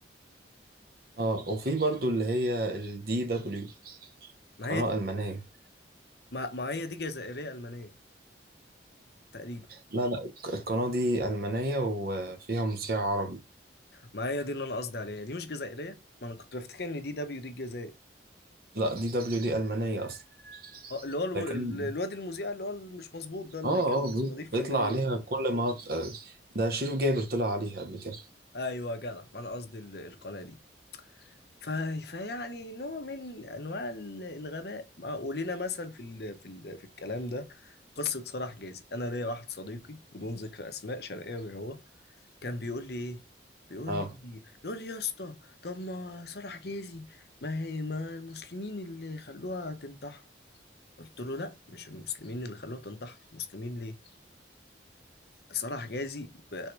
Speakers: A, on the right; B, on the left.
A: اه وفي برضو اللي هي الدي دبليو
B: ما
A: قناه
B: هي دي
A: المانيه
B: ما, ما هي دي جزائرية ألمانية تقريبا
A: لا لا الق- القناه دي المانيه وفيها مذيع عربي
B: ما هي دي اللي أنا قصدي عليها دي مش جزائرية ما أنا كنت بفتكر إن دي دبليو دي الجزائر
A: لا دي دبليو دي المانيه اصلا
B: اه اللي هو الو-
A: ده كان
B: الواد المذيع اللي هو مش مظبوط ده اللي
A: اه
B: كان
A: اه
B: بيستضيف
A: بي- بيطلع
B: فنانين
A: عليها كل ما ط- آه، ده شريف جابر طلع عليها قبل كده
B: أيوه يا جدع ما أنا قصدي ال- القناة دي ف... فيعني نوع من انواع ال- الغباء مع- ولينا مثل في ال... في ال... في الكلام ده قصه صلاح جازي انا ليا واحد صديقي بدون ذكر اسماء شرقاوي هو كان بيقول لي ايه بيقول
A: اه
B: لي يقول لي يا اسطى طب ما صلاح جازي ما هي ما المسلمين اللي خلوها تنتحر قلت له لا مش المسلمين اللي خلوها تنتحر المسلمين ليه صلاح جازي ب-